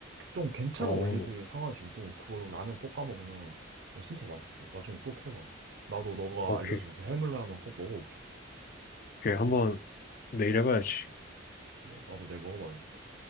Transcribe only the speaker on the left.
어,
오케이.
오케이. 한번 내일 해봐야지.